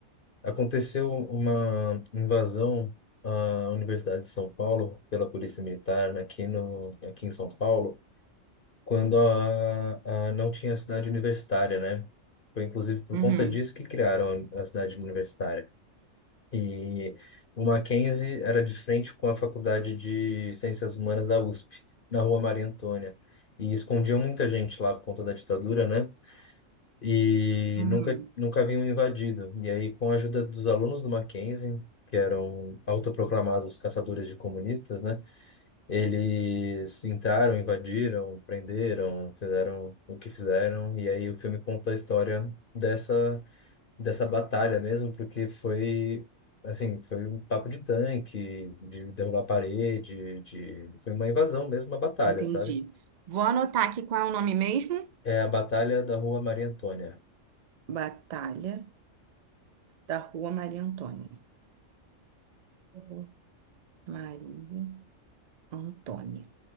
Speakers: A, on the left (about 45°); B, on the right (about 65°).
A: aconteceu uma invasão à Universidade de São Paulo pela Polícia Militar aqui no, aqui em São Paulo, quando a, a não tinha cidade universitária, né? Foi inclusive por
B: Uhum,
A: conta disso que criaram a cidade universitária. E o Mackenzie era de frente com a Faculdade de Ciências Humanas da USP, na Rua Maria Antônia. E escondiam muita gente lá por conta da ditadura, né? e
B: uhum,
A: nunca, nunca haviam invadido. E aí, com a ajuda dos alunos do Mackenzie, que eram autoproclamados caçadores de comunistas, né? Eles entraram, invadiram, prenderam, fizeram o que fizeram. E aí o filme conta a história dessa dessa batalha mesmo, porque foi assim, foi um papo de tanque, de derrubar parede, de foi uma invasão mesmo, uma batalha,
B: entendi.
A: sabe?
B: Vou anotar aqui qual é o nome mesmo?
A: É a Batalha da Rua Maria Antônia.
B: Batalha da Rua Maria Antônia. Rua Maria Antônia.